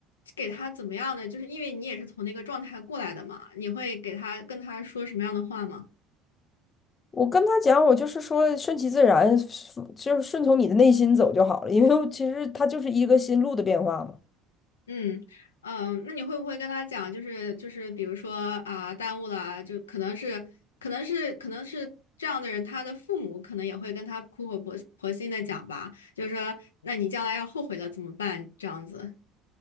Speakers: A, on the left (about 80°); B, on the left (about 30°).
A: 给他怎么样呢？就是因为你也是从那个状态过来的嘛，你会给他跟他说什么样的话吗？
B: 我跟他讲，我就是说顺其自然，就是顺从你的内心走就好了，因为其实他就是一个心路的变化嘛。
A: 嗯嗯，那你会不会跟他讲，就是就是，比如说啊，耽误了啊就可能是可能是可能是这样的人，他的父母可能也会跟他苦口婆婆心的讲吧，就是说，那你将来要后悔了怎么办？这样子，